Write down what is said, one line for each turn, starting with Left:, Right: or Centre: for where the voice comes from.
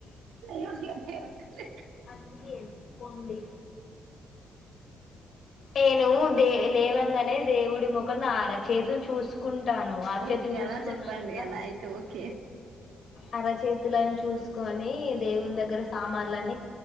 Right: లేవంగా లేవంగా
Left: అంగ కొండడి టెల్ నువు దే లేవంగానే దేవుడి ముఖన అరచతు చూసుకుంటాను అరచతుని
Right: ఓకే
Left: చూసుకున్నాక
Right: అలా చెప్పండి అలా అయితే ఓకే
Left: అరచేతులలను చూసుకొని దేవుని దగ్గర సామాన్లని